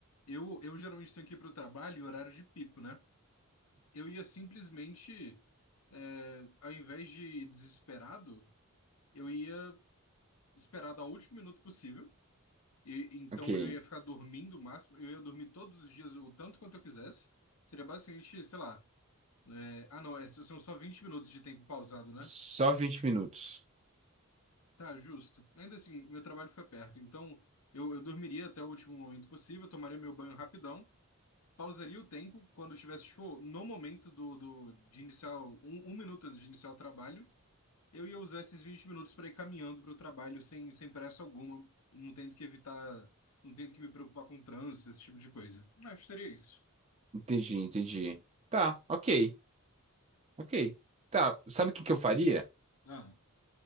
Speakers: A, on the left; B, on the right.
A: eu, eu geralmente tenho que ir para o trabalho em horário de pico, né? Eu ia simplesmente, é, ao invés de ir desesperado, eu ia esperar dar o último minuto possível. E, então
B: Ok.
A: eu ia ficar dormindo o máximo, eu ia dormir todos os dias o tanto quanto eu quisesse. Seria basicamente, sei lá, é, ah não, é, são só 20 minutos de tempo pausado, né?
B: Só 20 minutos.
A: Tá, justo. Ainda assim, meu trabalho fica perto, então eu, eu dormiria até o último momento possível, tomaria meu banho rapidão, pausaria o tempo quando eu estivesse, tipo, no momento do, do, de iniciar, o- um, um minuto antes de iniciar o trabalho, eu ia usar esses 20 minutos para ir caminhando para o trabalho sem, sem pressa alguma, não tendo que evitar, não tendo que me preocupar com trânsito, esse tipo de coisa. Acho que seria isso.
B: Entendi, entendi. Tá, ok, ok. Tá, sabe o que que eu faria?
A: Ah,